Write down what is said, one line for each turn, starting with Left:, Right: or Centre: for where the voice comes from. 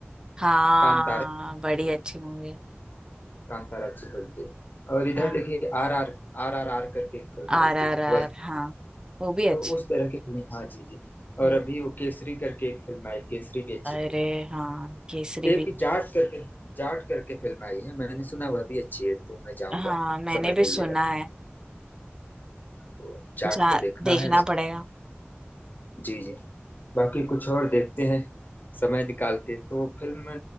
Right: हाँ
Left: कांतारा
Right: बड़ी अच्छी मूवी है
Left: कांतारा अच्छी फिल्म थी और इधर
Right: हाँ
Left: देखिए R R R R R करके एक फिल्म आई
Right: आर आर
Left: थी
Right: आर
Left: वो अच्छी
Right: हाँ
Left: थी।
Right: वो भी अच्छी
Left: तो उस तरह की फिल्म हाँ जी जी और
Right: हम्म,
Left: अभी वो केसरी करके एक फिल्म आई केसरी भी अच्छी
Right: अरे
Left: थी
Right: हाँ केसरी
Left: एक
Right: भी
Left: जाट करके जाट करके फिल्म आई है मैंने सुना वह भी अच्छी है तो मैं जाऊंगा
Right: हाँ मैंने
Left: समय
Right: भी
Left: मिलेगा
Right: सुना
Left: तो
Right: है
Left: तो जाट
Right: जा
Left: को देखना
Right: देखना
Left: है
Right: पड़ेगा
Left: जी जी बाकी कुछ और देखते हैं समय निकाल के तो फिल्म